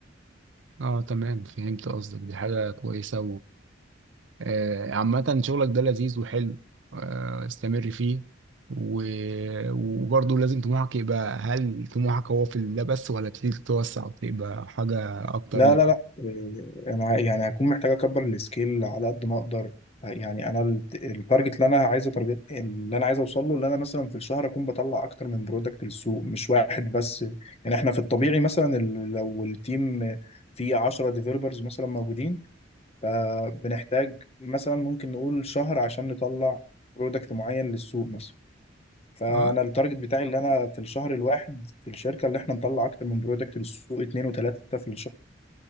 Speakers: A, on the right (about 70°); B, on the left (about 35°).
A: اه تمام فهمت قصدك دي حاجه كويسه آه، عامة شغلك ده لذيذ وحلو آه، استمر فيه و... وبرضه لازم طموحك يبقى هل طموحك هو في ده بس ولا تريد تتوسع وتبقى حاجة أكتر
B: لا
A: من
B: لا لا إيه، انا يعني هكون محتاج اكبر السكيل على قد ما اقدر يعني انا الت- التارجت اللي انا عايز اتارجت اللي انا عايز اوصل له اللي انا مثلا في الشهر اكون بطلع اكتر من برودكت للسوق مش واحد بس يعني احنا في الطبيعي مثلا ال- لو التيم فيه 10 ديفيلوبرز مثلا موجودين فبنحتاج مثلا ممكن نقول شهر عشان نطلع برودكت معين للسوق مثلا فانا
A: اه
B: التارجت بتاعي اللي انا في الشهر الواحد في الشركه اللي احنا نطلع اكتر من برودكت للسوق اتنين وتلاته في